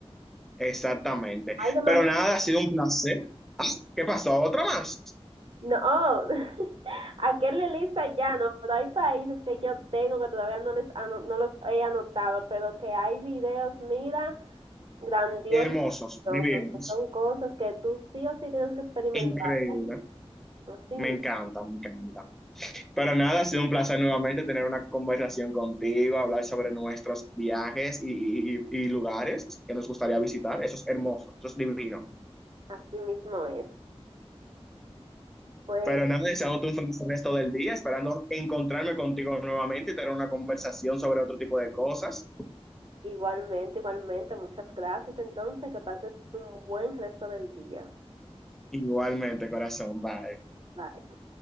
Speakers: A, in the centre; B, on the right.
A: Exactamente.
B: Hay demasiado.
A: Pero nada, ha sido un placer. Ah, ¿Qué pasó? ¿Otra más?
B: No, <laughs> aquel en la lista ya no, pero hay países que yo tengo que todavía no les ano- no los he anotado, pero que hay videos, mira, grandiosos,
A: Hermosos,
B: grandiosos,
A: divinos,
B: que son cosas que tú sí o sí tienes que experimentar,
A: increíble.
B: así
A: Me
B: mismo,
A: encanta, me encanta. Pero nada, ha sido un placer nuevamente tener una conversación contigo, hablar sobre nuestros viajes y, y- y y lugares que nos gustaría visitar. Eso es hermoso, eso es divino.
B: así mismo es. Pues
A: Pero nada, deseándote un feliz resto del día, esperando encontrarme contigo nuevamente y tener una conversación sobre otro tipo de cosas.
B: igualmente, igualmente, muchas gracias entonces, que pases un buen resto del día.
A: Igualmente, corazón, bye.
B: Bye.